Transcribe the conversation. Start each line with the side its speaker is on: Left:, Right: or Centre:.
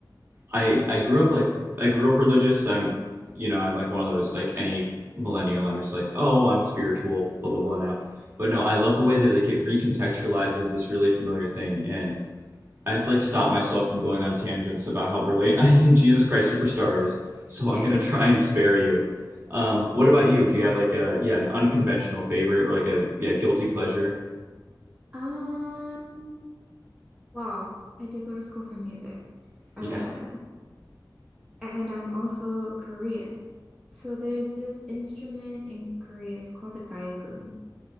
Right: I I grew up like I grew up religious. I'm you know I'm like one of those like any millennial. I'm just like oh I'm spiritual blah blah blah now. But no, I love the way that like it recontextualizes this really familiar thing, and I have to like stop myself from going on tangents about how brilliant <laughs> I think Jesus Christ Superstar is. So I'm
Centre: <laughs>
Right: gonna try and spare you. Um, what about you?
Centre: No.
Right: Do you have like a yeah an unconventional favorite or like a yeah guilty pleasure?
Centre: Um, well, I did go to school for music. Uh,
Right: Yeah.
Centre: and I'm also Korean. So there's this instrument in Korea. It's called the gayagum.